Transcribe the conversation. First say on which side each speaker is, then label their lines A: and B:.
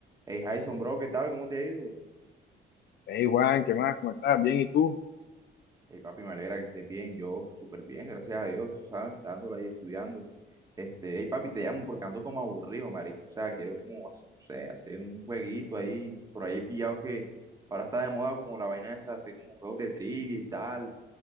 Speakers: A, on the right; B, on the left.
A: Hey, Jason, bro, ¿qué tal? ¿Cómo te ha ido?
B: Hey Juan, ¿qué más? ¿Cómo estás? Bien, ¿y tú?
A: Hey, papi, me alegra que estés bien. Yo, súper bien, gracias a Dios, tú sabes, dándole ahí estudiando. Este, hey, papi, te llamo porque ando como aburrido, marico. O sea, quiero como, no sé, hacer un jueguito ahí, por ahí pillado que ahora está de moda como la vaina esa, hacer como juegos de trivia y tal.